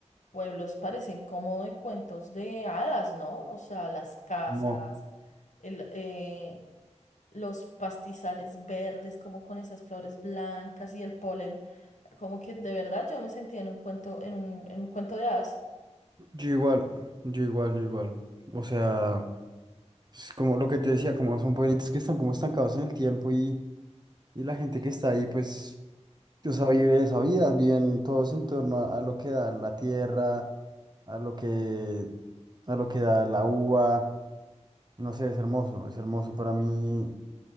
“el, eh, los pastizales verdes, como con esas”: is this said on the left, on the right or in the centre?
Left